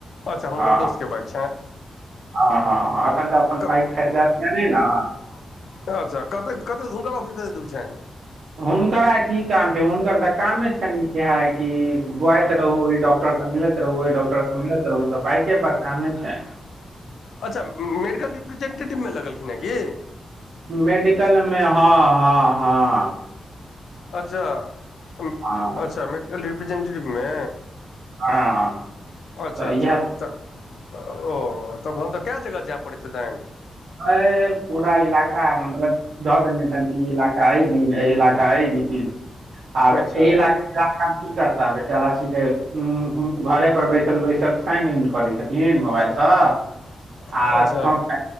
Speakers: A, on the left (about 70°); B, on the right (about 70°).
A: अच्छा हुनकर
B: आ
A: दोस्तके बाइक
B: आ हा हा हा एखन तऽ
A: छनि
B: अपन बाइक खरिदाबतिये नै ना।
A: अच्छा कते-कते हुनकर ऑफिस कते दूर छैन।
B: हुनकर आय की काम छै, हुनकर तऽ कामे छैन इहाए कि बुआइत रहु इ डॉक्टर संग मिलैत रहु, ओय डॉक्टर से मिलैत रहु त बाइके पर कामे छै।
A: अच्छा मेडिकल रिप्रेजेंटेटिव मे लगलखिन अय की।
B: मेडिकल मे हां-हां-हां।
A: अच्छा, उम्म
B: हँ
A: अच्छा मेडिकल रिप्रेजेंटेटिव मे।
B: हँ
A: अच्छा-अच्छा
B: तऽ इएह
A: तऽ ओ तखन तऽ काय जगह जाय पड़ैत हेतैन।
B: हय पूरा इलाका मतलब धऽ देेनै छैन, ई इलाका ए दिन ए इलाका ए दिन। दिन आएब
A: अच्छा
B: ए इलाका के <unintelligible> काम की करता बेचारा सीधे उम्म उ घरे पर बैसल-बैसल साइन इन करै छथि इन मोबाएल सँ।
A: <inaudible>
B: आर
A: अच्छा
B: <unintelligible> के